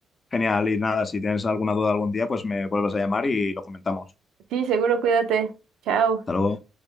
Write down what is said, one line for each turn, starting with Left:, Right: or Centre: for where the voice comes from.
Left: Genial, y nada, si tienes alguna duda algún día, pues me vuelves a llamar y lo comentamos.
Right: Sí, seguro, cuídate. Chao.
Left: Hasta luego.